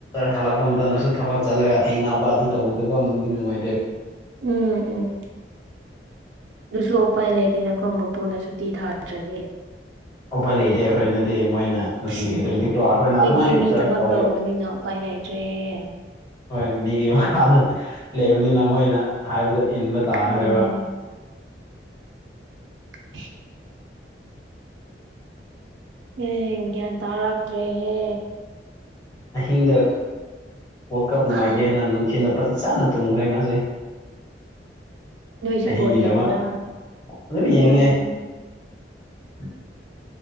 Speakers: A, on the left; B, on the right.
A: ꯍꯜꯂꯛꯄ ꯃꯇꯝꯗꯁꯨ ꯊꯕꯛ ꯆꯠꯂꯒ ꯊꯦꯡꯅꯕ ꯑꯗꯨ ꯇꯧꯕꯗꯀꯣ ꯅꯨꯡꯗꯤ ꯅꯨꯡꯉꯥꯏꯇꯦ
B: ꯎꯝ ꯎꯝ ꯑꯗꯨꯁꯨ ꯎꯄꯥꯏ ꯂꯩꯇꯦꯅꯀꯣ ꯃꯄꯨꯅ ꯁꯨꯇꯤ ꯊꯥꯗ꯭ꯔꯗꯤ
A: ꯎꯄꯥꯏ ꯂꯩꯇꯦ ꯑꯩꯈꯣꯏꯅꯗꯤ ꯃꯣꯏꯅ ꯅꯨꯡꯁꯤꯕꯤꯗ꯭ꯔꯥꯗꯤꯀꯣ
B: ꯁꯤ
A: ꯑꯩꯈꯣꯏꯅ
B: ꯑꯩꯈꯣꯏꯗꯤ
A: ꯑꯗꯨꯃꯥꯏꯅ
B: ꯃꯤ
A: ꯆꯔ꯭ꯆ
B: ꯊꯕꯛ
A: ꯇꯧꯒꯦ
B: ꯇꯧꯕꯅꯤꯅ ꯎꯄꯥꯏ ꯂꯩꯥꯇ꯭ꯔꯦ
A: ꯍꯣꯏ ꯃꯤꯒꯤ ꯃꯈꯥꯗ ꯂꯩꯕꯅꯤꯅ ꯃꯣꯏꯅ ꯍꯥꯏꯕꯗꯣ ꯏꯟꯕ ꯇꯥꯈ꯭ꯔꯦꯕ
B: ꯎꯝ <inaudible> ꯎꯝ ꯒ꯭ꯌꯥꯟ ꯇꯥꯔꯛꯇ꯭ꯔꯦꯍꯦ
A: ꯑꯍꯤꯡꯗ ꯋꯥꯜ ꯀꯞ ꯉꯥꯏꯒꯦꯅ
B: ꯍꯝ
A: ꯅꯨꯡꯊꯤꯜꯗ ꯐꯖꯅ ꯇꯨꯝꯈ꯭ꯔꯦ ꯉꯥꯁꯤꯗꯤ
B: ꯅꯣꯏꯁꯨ
A: ꯑꯍꯤꯡꯒꯤꯗꯃꯛ
B: ꯕꯣꯜ ꯌꯦꯡꯕ꯭ꯔꯥ
A: ꯑꯗꯨꯝ ꯌꯦꯡꯉꯦ
B: ꯕꯣꯜ ꯌꯦꯡ
A: <inaudible>